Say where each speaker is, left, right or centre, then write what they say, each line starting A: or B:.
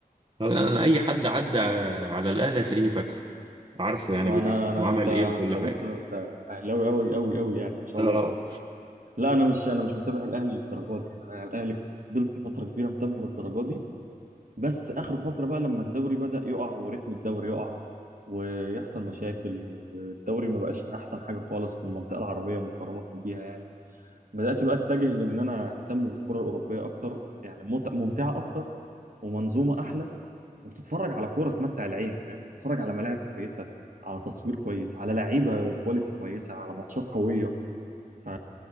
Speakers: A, on the right; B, on the right.
A: انا اي حد عدى على الاهلي هتلاقيني فاكره عارفه يعني
B: وانا
A: بالاسم
B: انا
A: وعمل
B: انت انت
A: ايه وكل حاجه
B: بص انت اهلاوي قوي قوي قوي يعني ما شاء
A: اه
B: الله لا انا مش انا مش متابع الاهلي للدرجه دي يعني. انا الاهلي كنت فضلت فتره كبيره متابعه للدرجه دي بس اخر فتره بقى لما الدوري بدأ يقع وريتم الدوري يقع ويحصل مشاكل والدوري ما بقاش احسن حاجه خالص في المنطقه العربيه مقارنه بيها يعني بدأت بقى أتجه لأن أنا أهتم بالكرة الأوروبية أكتر يعني ممت- ممتعة أكتر ومنظومة أحلى وبتتفرج على كورة تمتع العين فاهم بتتفرج على ملاعب كويسة على تصوير كويس على لعيبة كواليتي كويسة على ماتشات قوية ف